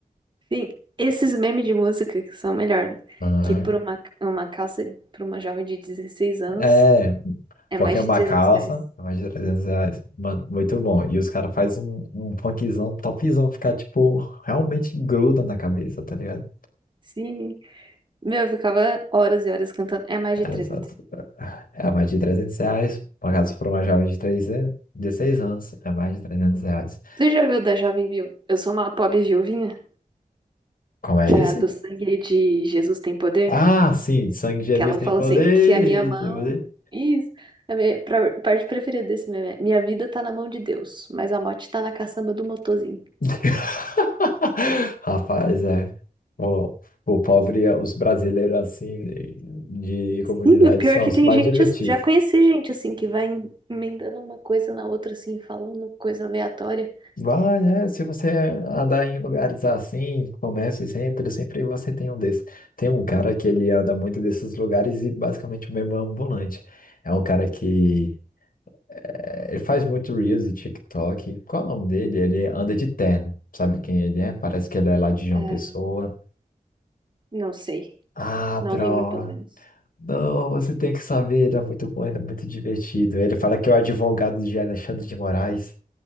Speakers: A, on the right; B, on the left.
A: Sim, esses memes de música que são melhor
B: Aham.
A: que por uma, uma calça pra uma jovem de dezesseis anos
B: É,
A: é
B: porque
A: mais
B: é uma
A: de 300
B: calça,
A: reais.
B: é mais de 300 reais. Mano, muito bom. E os caras fazem um, um funkzão topzão, ficar, tipo, realmente gruda na cabeça, tá ligado?
A: Sim. Meu, eu ficava horas e horas cantando. É mais
B: É,
A: de 300.
B: exato. É é mais de 300 reais. Pagados por uma jovem de 3, an- 16 anos. É mais de trezentos reais.
A: Tu já viu da Jovem Viu? Eu sou uma pobre viuvinha,
B: Como é
A: que
B: esse?
A: é a do sangue de Jesus tem poder?
B: Ah, sim. Sangue de Jesus
A: Que ela
B: tem
A: fala
B: poder.
A: assim, que a minha mão.
B: Tem poder.
A: Isso. A minha pra- parte preferida desse meme é, minha vida tá na mão de Deus, mas a morte tá na caçamba do motorzinho.
B: <laughs> Rapaz, é. O, o pobre, os brasileiros assim, de comunidade,
A: Sim, o pior
B: são
A: é que
B: os
A: tem
B: mais
A: gente,
B: divertidos.
A: ass- já conheci gente assim, que vai em- emendando uma coisa na outra, assim, falando coisa aleatória.
B: Vai, né? Se você andar em lugares assim, comércios, centros, sempre você tem um desses. Tem um cara que ele anda muito desses lugares e basicamente o mesmo é um ambulante. É um cara que eh, ele faz muito Reels e TikTok. Qual é o nome dele? Ele anda de terno. Sabe quem ele é? Parece que ele é lá de João
A: É,
B: Pessoa.
A: não sei.
B: Ah, droga.
A: Não lembro, pelo menos.
B: Não, você tem que saber. Ele é muito bom, ele é muito divertido. Ele fala que é o advogado de Alexandre de Moraes.